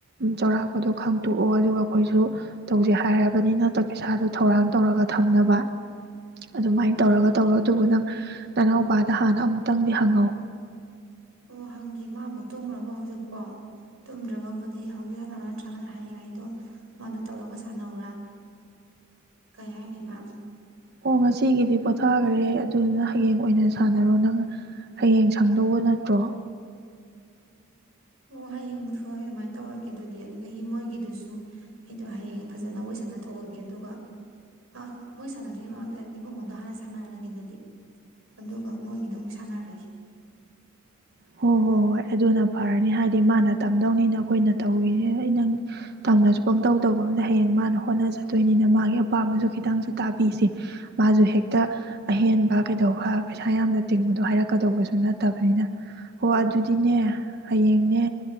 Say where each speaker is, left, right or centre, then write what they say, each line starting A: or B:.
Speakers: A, on the right (about 50°); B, on the right (about 75°).
A: ꯆꯥꯎꯔꯥꯛꯄꯗꯣ ꯈꯪꯇꯣꯛꯑꯣ ꯑꯗꯨꯒ ꯑꯩꯈꯣꯏꯁꯨ ꯇꯧꯁꯦ ꯍꯥꯏꯔꯕꯅꯤ ꯅꯠꯇ ꯄꯩꯁꯥꯗꯣ ꯊꯧꯔꯥꯡ ꯇꯧꯔꯒ ꯊꯝꯅꯕ ꯑꯗꯨꯃꯥꯏꯅ ꯇꯧꯔꯒ ꯇꯧꯔꯣ ꯑꯗꯨꯕꯨ ꯅꯪ ꯅꯅꯥꯎꯄꯥꯗ ꯗ ꯍꯥꯟꯅ ꯑꯃꯨꯛꯇꯪꯗꯤ ꯍꯪꯉꯧ
B: ꯑꯣ ꯍꯪꯒꯦ ꯃꯥꯕꯨ ꯇꯨꯝꯈ꯭ꯔꯕꯣ ꯍꯧꯖꯤꯛꯄꯣ ꯇꯨꯝꯗ꯭ꯔꯒꯕꯨꯗꯤ ꯍꯧꯖꯤꯛ ꯍꯥꯟ ꯅꯠꯇ꯭ꯔꯒꯅ ꯍꯌꯦꯡ ꯑꯩꯗꯣ ꯃꯥꯅ ꯇꯧꯔꯒ ꯁꯥꯟꯅꯧꯔꯥ ꯀꯩ ꯍꯥꯏꯅꯤꯃ
A: ꯑꯣ ꯉꯁꯤꯒꯤꯗꯤ ꯄꯣꯊꯥꯈꯔꯦ ꯑꯗꯨꯗꯨꯅ ꯍꯌꯦꯡ ꯑꯣꯏꯅ ꯁꯥꯟꯅꯔꯣ ꯅꯪ ꯍꯌꯦꯡ ꯁꯪꯗꯧꯕ ꯅꯠꯇ꯭ꯔꯣ
B: ꯑꯣ ꯍꯌꯦꯡꯕꯨ ꯍꯣꯏ ꯑꯗꯨꯃꯥꯏꯅ ꯇꯧꯔꯒꯦ ꯑꯗꯨꯗꯤ ꯑꯗꯨꯗꯒꯤ ꯃꯣꯏꯒꯤꯗꯨꯁꯨ ꯑꯩꯗꯣ ꯍꯌꯦꯡ ꯐꯖꯅ ꯋꯥꯔꯤꯣꯏ ꯁꯥꯟꯅꯊꯣꯛꯑꯒꯦ ꯑꯗꯨꯒ ꯑ ꯃꯣꯏ ꯁꯥꯟꯅꯗ꯭ꯔꯤꯉꯩ ꯃꯃꯥꯡꯗ ꯏꯕꯨꯡꯉꯣꯗꯣ ꯍꯥꯟꯅ ꯁꯥꯟꯅꯔꯒꯦ ꯑꯗꯨꯗꯤ ꯑꯗꯨꯒ ꯃꯣꯏꯒꯤꯗꯣ ꯑꯃꯨꯛ ꯁꯥꯟꯅꯔꯒꯦ
A: ꯍꯣꯏ ꯍꯣꯏ ꯍꯣꯏ ꯑꯗꯨꯅ ꯐꯔꯅꯤ ꯍꯥꯏꯗꯤ ꯃꯥꯅ ꯇꯝꯗꯧꯅꯤꯅ ꯑꯩꯈꯣꯏꯅ ꯇꯧꯔꯤꯅꯤ ꯅꯪ ꯇꯪꯅꯁꯨ ꯄꯪꯇꯧ ꯇꯧꯕ ꯑꯃꯅ ꯍꯌꯦꯡ ꯃꯥꯅ ꯍꯣꯠꯅꯖꯗꯣꯏꯅꯤꯅ ꯃꯥꯒꯤ ꯑꯄꯥꯝꯕꯁꯨ ꯈꯤꯇꯪꯁꯨ ꯇꯥꯕꯤꯁꯦ ꯃꯥꯁꯨ ꯍꯦꯛꯇ ꯑꯍꯦꯟꯕ ꯀꯩꯗꯧꯕ ꯄꯩꯁꯥ ꯌꯥꯝꯅ ꯇꯤꯡꯕꯗꯣ ꯍꯥꯏꯔꯛꯀꯗꯧꯕꯁꯨ ꯅꯠꯇꯕꯅꯤꯅ ꯍꯣ ꯑꯗꯨꯗꯤꯅꯦ ꯍꯌꯦꯡꯅꯦ